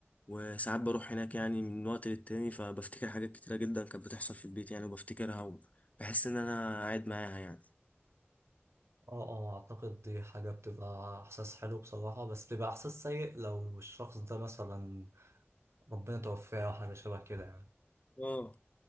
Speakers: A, on the left; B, on the right.
A: وساعات بروح هناك يعني من وقت للتاني فبفتكر حاجات كتيرة جدا كانت بتحصل في البيت يعني وبفتكرها وبحس ان انا قاعد معاها يعني
B: اه اه اعتقد دي حاجة بتبقى احساس حلو بصراحة بس بيبقى احساس سيء لو الشخص ده مثلا ربنا توفاه او حاجة شبه كده يعني
A: اه